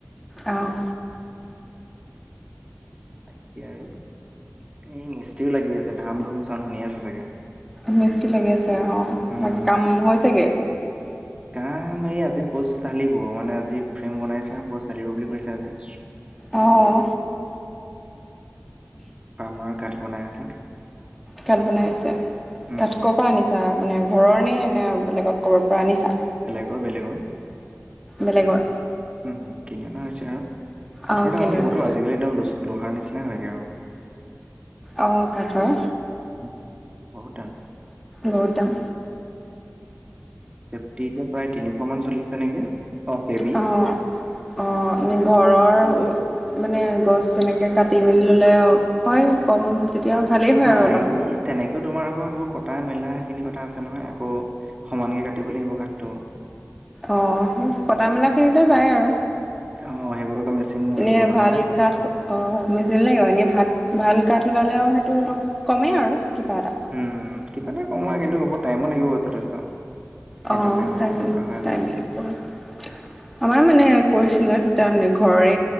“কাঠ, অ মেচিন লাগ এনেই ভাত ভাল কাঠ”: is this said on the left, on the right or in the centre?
Centre